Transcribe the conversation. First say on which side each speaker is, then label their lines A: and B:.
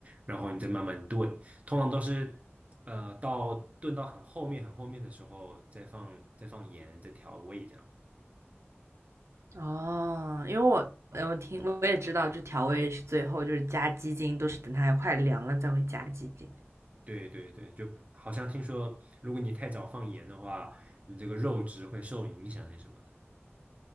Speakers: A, on the right; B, on the right.
A: 然后你再慢慢炖。通常都是呃到炖到很后面、很后面的时候，再放再放盐，再调味这样。
B: 哦，因为我呃我听我也知道，就调味是最后就是加鸡精，都是等它快凉了才会加鸡精。
A: 对对对，就好像听说，如果你太早放盐的话，你这个肉质会受影响还是什么的